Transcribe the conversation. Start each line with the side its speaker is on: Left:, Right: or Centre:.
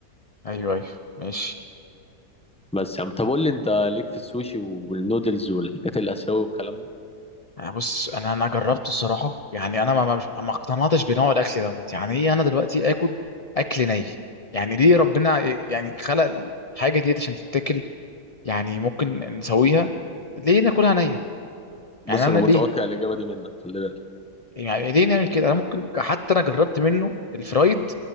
Left: أيوه أيوه ماشي
Centre: بس يا عم طب قول لي انت ليك في السوشي والنودلز والحاجات الاسيويه والكلام ده
Left: آه، بص انا انا جربته الصراحه يعني انا ما ما- مش ما اقتنعتش بنوع الاكل دوت يعني ايه انا دلوقتي اكل اكل ني يعني ليه ربنا ي- يعني خلق الحاجه ديت عشان تتاكل يعني ممكن نسويها ليه ناكلها نيه
Centre: بص
Left: يعني انا
Centre: انا متوقع
Left: ليه
Centre: الاجابه دي منك خلي بالك
Left: يعني ليه نعمل كده انا ممكن حتى انا جربت منه الفرايد